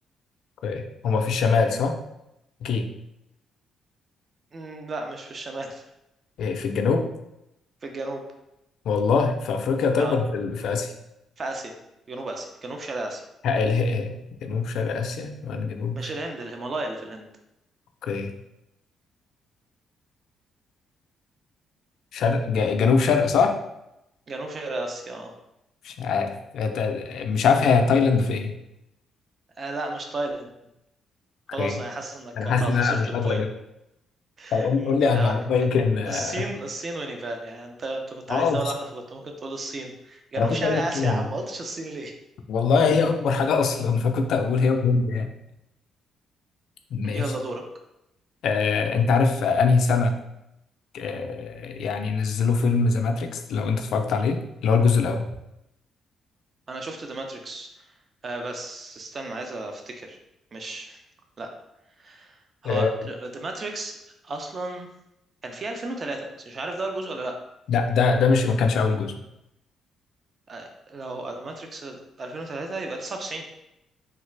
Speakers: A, on the left (about 70°); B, on the right (about 45°).
A: اوكي هم في الشمال صح؟ اكيد
B: مم، لا مش في الشمال <laughs>
A: إيه في الجنوب
B: في الجنوب
A: والله في افريقيا طيب
B: اه
A: ولا في, ال- في اسيا؟
B: في اسيا في جنوب اسيا جنوب شرق اسيا
A: ه- ال- ه- جنوب شرق اسيا شمال جنوب
B: مش
A: شرق.
B: الهند الهيمالايا اللي في الهند
A: اوكي شرق ج- جنوب شرق صح؟
B: جنوب شرق اسيا اه
A: مش عارف تا- مش عارف هي تايلاند في ايه
B: آه، لا مش تايلاند خلاص
A: اوكي
B: انا حاسس انك
A: انا حاسس
B: خسرت
A: ان انا مش
B: البوينت
A: هقدر اجيب
B: <laughs>
A: طب قول قول لي على
B: آه،
A: المعلومه يمكن اه
B: الصين الصين ونيبال يعني انت انت كنت
A: آه،
B: عايز دوله واحده فكنت ممكن تقول الصين جنوب
A: انا كنت
B: شرق
A: اقول
B: اسيا
A: لك كده. والله
B: يا عم ما قلتش الصين ليه
A: والله هي اكبر حاجه اصلا فكنت اقول هي هوليوود يعني ماشي
B: <laughs> يلا دورك
A: آه، انت عارف آه، انهي سنه آه، يعني نزلوا فيلم ذا ماتريكس لو انت اتفرجت عليه اللي هو الجزء الاول
B: انا شفت ذا ماتريكس آه بس استنى عايز افتكر مش لا هو
A: آه،
B: ذا ماتريكس اصلا كان في 2003 بس مش عارف ده أول جزء ولا لا
A: لا ده ده مش ما كانش اول جزء
B: آه لو ذا ماتريكس 2003 يبقى 99